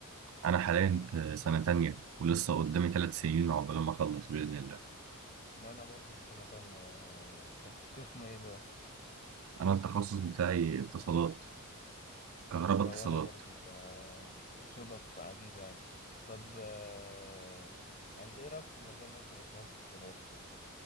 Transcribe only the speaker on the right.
أنا حاليا في سنة تانية ولسه قدامي ثلاث سنين عقبال ما أخلص بإذن الله
أنا التخصص بتاعي اتصالات كهرباء
اتصالات